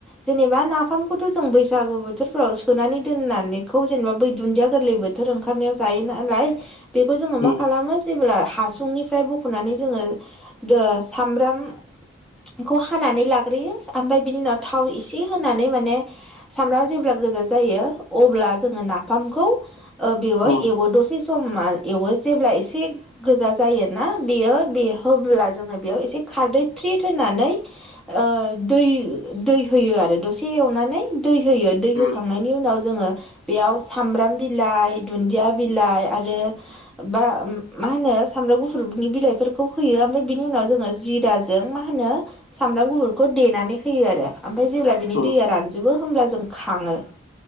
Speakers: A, in the centre; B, on the left.
A: जेनेबा नाफामखौथ' जों बैसागु बोथोरफ्राव सोनानै दोननानैखौ जेनेबा बै दुन्दिया गोरलै बोथोर ओंखार। ओंखारनायाव जायो नालाय बेखौ जोङो
B: उम
A: मा खालामो। जेब्ला हासुंनिफ्राय बख'नानै जोङो दो सामब्राम खौ हानानै लाग्रोयो आमफ्राय बिनि उनाव थाव इसे होनानै माने। सामब्रामआ जेब्ला गोजा जायो अब्ला जोङो नाफामखौ ओ बेवाय
B: उम
A: एवो दसे स स मा एवो जेब्ला एसे। गोजा जायोना बेयो बे होब्ला जोङो बेयाव एसे खारदै थ्रेद होनानै। ओन दै दै होयो आरो दसे एवनानै दै होयो दै होखांनायनि
B: उम
A: उनाव जोङो बेयाव सामब्राम बिलाइ दुन्दिया बिलाइ आरो बा मा होनो सामब्राम गुफुरनि बिलाइफोरखौ होयो ओमफ्राय बिनि उनाव जों जि दा जे जों मा होनो सामब्राम गुफुरखौ देनानै होयो आरो ओमफाय जेब्ला बिनि
B: उम
A: दैया रानजोबो होमब्ला जों खाङो।